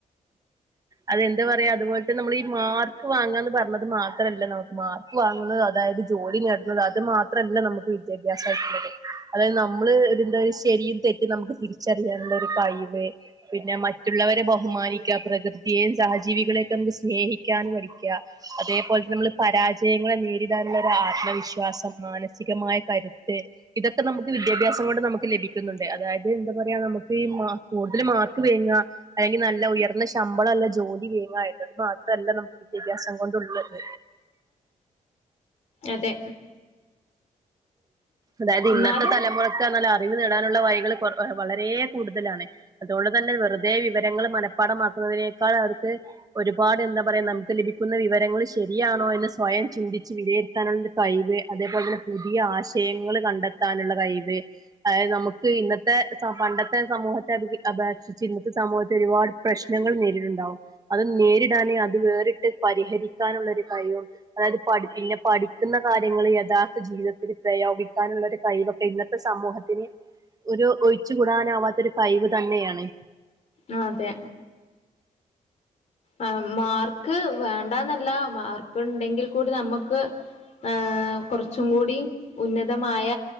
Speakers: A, on the right (about 25°); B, on the left (about 55°).
A: അതെന്ത് പറയാ അതുപോലെ തന്നെ നമ്മൾ ഈ മാർക്ക് വാങ്ങാ എന്ന് പറഞ്ഞത് മാത്രല്ല നമുക്ക് മാർക്ക് വാങ്ങുന്നത് അതായത് ജോലി നേടുന്നത് അത് മാത്രല്ല നമുക്ക് വിദ്യാഭ്യാസയിട്ടുള്ളത് അതായത് നമ്മള് എന്താ ഒരു ശരിയും തെറ്റും നമുക്ക് തിരിച്ചറിയാണ് കഴിവ് പിന്നെ മറ്റുള്ളവരെ ബഹുമാനിക്കുക പ്രകൃതിയും സഹജീവികളെയൊക്കെ നമുക്ക് സ്നേഹിക്കൻ പഠിക്കുക അതേപോലെ നമ്മള് പരാജയങ്ങളെ നേരിടാനുള്ള ആത്മവിശ്വാസം മാനസികമായ കരുത്ത് ഇതൊക്കെ നമുക്ക് വിദ്യാഭ്യാസം കൊണ്ട് നമുക്ക് ലഭിക്കുന്നുണ്ട് അതായത് എന്താ പറയാ നമുക്ക് ഈ കൂടുതൽ മാർക്ക് വേങ്ങ അല്ലെങ്കിൽ നല്ല ഉയർന്ന ശമ്പളമല്ല ജോലി വേങ്ങ എന്നത് മാത്രല്ല നമുക്ക് വിദ്യാഭ്യാസം കൊണ്ടുള്ളത്
B: അതെ
A: അതായത് ഇന്നത്തെ
B: എന്നാലും
A: തലമുറക്ക്ന്നല്ല അറിവ് നേടാനുള്ള വൈകൾ കൊ വളരെ കൂടുതലാണ് അതുകൊണ്ട് തന്നെ വെറുതെ വിവരങ്ങൾ മനപ്പാടമാക്കുന്നതിനേക്കാൾ അവർക്ക് ഒരുപാട് എന്താ പറയാ നമുക്ക് ലഭിക്കുന്ന വിവരങ്ങൾ ശരിയാണോ എന്ന് സ്വയം ചിന്തിച്ച് വിലയിരുത്താനുള്ളരു കഴിവ് അതേപോലെ തന്നെ പുതിയ ആശയങ്ങൾ കണ്ടെത്താനുള്ള കഴിവ് അതായത് നമുക്ക് ഇന്നത്തെ സ പണ്ടത്തെ സമൂഹത്തെ അത് അപേക്ഷിച്ച് ഇന്നത്തെ സമൂഹത്തെ ഒരുപാട് പ്രശ്നങ്ങൾ നേരിട്ടുണ്ടാവും അത് നേരിടാനെ അത് വേറിട്ട് പരിഹരിക്കാനുള്ള ഒരു കഴിവും അതായത് പടി പിന്നെ പഠിക്കുന്ന കാര്യങ്ങൾ യഥാർത്ഥ ജീവിതത്തിൽ പ്രയോഗിക്കാനുള്ള ഒരു കഴിവൊക്കെ ഇന്നത്തെ സമൂഹത്തിന് ഒരു ഒഴിച്ചുകൂടാനാവാ രു കൈവ് തന്നെയാണ്.
B: അ അതെ ആ മാർക്ക് വേണ്ടാന്നല്ല മാർക്ക് എണ്ടെങ്കിൽ കൂടി നമ്മുക്ക് ഏ കുറച്ചും കൂടി ഉന്നതമായ